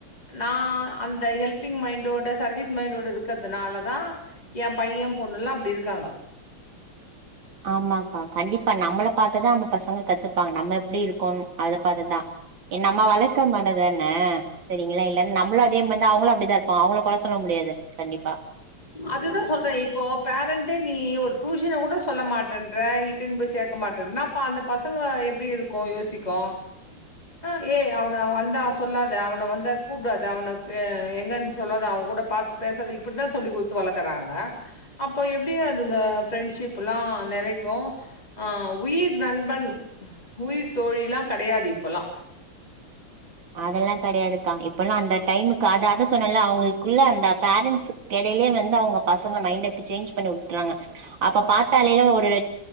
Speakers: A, on the left; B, on the right.
A: நா அந்த ஹெல்பிங் மைண்டோட சர்வீஸ் மைண்டோட இருக்கத் தனாலதா என் பையெ பொண்ணுல்லா அப்டி இருக்காங்க
B: ஆமாக்கா கண்டிப்பா நம்மள பாத்துதா அந்த பசங்க கத்துப்பாங்க நம்ம எப்டி இருக்கோன் அத பாத்துதா நம்ம வளக்கமானதான சரிங்ளா இல்லன் நம்மளு அதே மாருந்தா அவுங்குளு அப்பிடிதா இருப்பாங்க அவுங்கள கொற சொல்ல முடியாது கண்டிப்பா
A: அதுதா சொல்றே இப்போ பேரண்ட்டே நீ ஒரு டியூஷன் கூட சொல்ல மாட்டன்ற இட்டுனு போய் சேக்க மாட்டேன்னா அப்ப அந்த பசங்க எப்டி இருக்கு யோசிக்கு ஆ ஏய் அவன வந்தா சொல்லாத அவன வந்தா கூப்டாத அவுனுக்கு எங்கன் சொல்லாத அவங்கூட பாத்து பேசாத இப்டிதா சொல்லி குடு த்து வளக்கறாங்க அப்ப எப்டி அதுங்க ஃபிரண்டஷிப்லா நெலைக்கு ஆ உயிர் நண்பன் உயிர் தோழிலா கெடையாது இப்பல்லா
B: அதெல்லா கெடையாதுக்கா இப்பல்லா அந்த டைமுக்கு அத அத சொன்னல அவுங்ளுக்குள்ள அந்த பேரண்ட்ஸுக்கு எடையிலயே வந்து அவங்க பசங்க மைண்ட சேன்ச் பண்ணி உட்றாங்க அப்ப பாத்தாலே ஒரு